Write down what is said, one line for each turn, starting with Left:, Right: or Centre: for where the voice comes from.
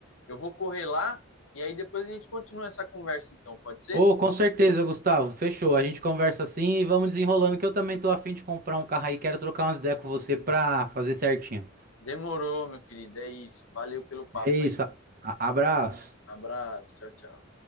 Left: Eu vou correr lá e aí depois a gente continua essa conversa, então, pode ser?
Right: ô, com certeza, Gustavo, fechou, a gente conversa assim e vamos desenrolando, que eu também tô afim de comprar um carro aí, quero trocar umas ideias com você pra fazer certinho.
Left: Demorou, meu querido, é isso. Valeu pelo papo
Right: É isso,
Left: aí.
Right: a- abraço.
Left: Abraço, tchau, tchau.